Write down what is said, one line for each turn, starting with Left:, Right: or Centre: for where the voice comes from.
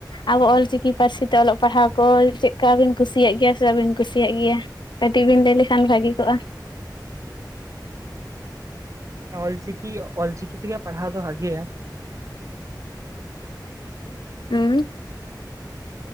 Left: ᱟᱵᱚ ᱚᱞᱪᱤᱠᱤ ᱯᱟᱹᱨᱥᱤ ᱛᱮ ᱚᱞᱚᱜ ᱯᱟᱲᱦᱟᱣ ᱠᱚ ᱪᱮᱫᱠᱟ ᱵᱤᱱ ᱠᱩᱥᱤᱭᱟᱜ ᱜᱮᱭᱟ ᱥᱮ ᱵᱟᱵᱤᱱ ᱠᱩᱥᱤᱭᱟᱜ ᱜᱮᱭᱟ ᱠᱟᱹᱴᱤᱡ ᱵᱤᱱ ᱞᱟᱹᱭ ᱞᱮᱠᱷᱟᱱ ᱵᱷᱟᱹᱜᱤ ᱠᱚᱜᱼᱟ
Right: ᱚᱞ ᱪᱤᱠᱤ ᱚᱞᱪᱤᱠᱤ ᱛᱮᱜᱮ ᱯᱟᱲᱦᱟᱣ ᱫᱚ ᱵᱷᱟᱜᱮᱭᱟ
Left: ᱩᱢ